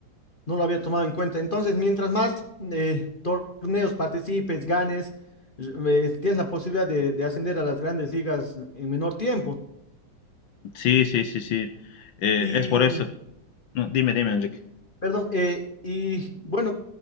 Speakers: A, on the left; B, on the left.
A: No lo había tomado en cuenta. Entonces, mientras más eh, torneos participes, ganes, eh, tienes la posibilidad de, de ascender a las grandes ligas en menor tiempo.
B: Sí, sí, sí, sí. Eh,
A: Y,
B: es por eso. No, dime, dime, Enrique.
A: perdón, eh, y bueno,